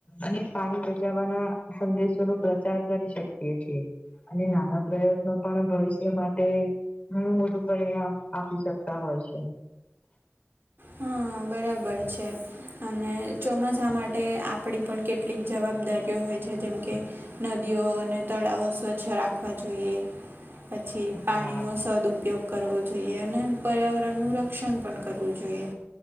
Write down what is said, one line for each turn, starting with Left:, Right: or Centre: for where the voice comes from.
Left: અને પાણી બચાવવાના સંદેશો ન પ્રચાર કરી શકીએ છીએ અને નાના પ્રયત્નો પણ ભવિષ્ય માટે ઘણું મોટું પરિણામ આપી શકતા હોય છે
Right: હા બરાબર છે અને ચોમાસા માટે આપણી પણ કેટલું. કેટલીક જવાબદારીઓ હોય છે જેમ કે નદીઓ અને તળાવો સ્વચ્છ રાખવા જોઈએ. પછી પાણીનો
Left: હા
Right: સદ ઉપ. ઉપયોગ કરવો જોઈએ અને પર્યાવરણનું રક્ષણ પણ કરવું જોઈએ.